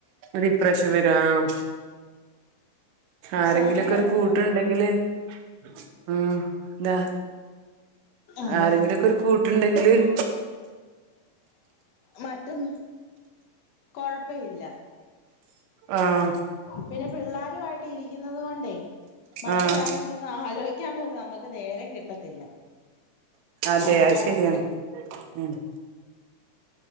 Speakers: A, on the right (about 75°); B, on the left (about 60°).
A: ഡിപ്രഷൻ വരാം ആരെങ്കിലുമൊക്കെ
B: സമയം
A: ഒരു
B: അങ്ങ്
A: കൂട്ടുണ്ടെങ്കില്
B: പോകും
A: - ഉം എന്താ
B: അതെ
A: ആരെങ്കിലുമൊക്കെ ഒരു കൂ- ട്ടു ഇണ്ടെങ്കില് -
B: മ <unintelligible> ഒട്ടും കൊഴപ്പമില്ല
A: ആഹ്
B: പിന്നെ പിള്ളേരുമായിട്ട് ഇരിക്കുന്നത് കൊണ്ടേ മറ്റ്
A: ആഹ്
B: കാര്യങ്ങളൊന്നും - ഒന്ന് ആലോചിക്കാൻ പോലും നമുക്ക് നേരം കിട്ടത്തില്ല
A: അതെ
B: അതാണ്
A: അത് ശരിയാണ് ഉം